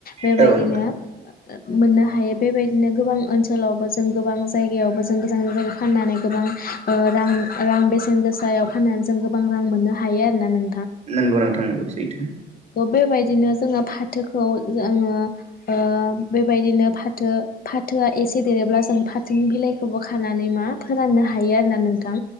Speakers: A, on the left; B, on the right.
A: बेबायदिनो
B: औ नोंथां
A: मोननो हायो बेबायदिनो गोबां ओनसोलावबो जों गोबां जायगायावबो जों गोजान जायगायाव फाननानै ओ गोबां रां रां बेसेन गोसायाव फाननानै जों गोबां रां मोननो हायो आरोना नों
B: नांगौ नोंथां नांगौ सैथो
A: बेबायदिनो जोङो फाथोखौ जोङो ओ बेबायदिनो फाथो फा थोआ एसे देरोब्ला जों फाथोनि बिलाइखौबो खानानै मा फोराननो हायो आरोना नोंथां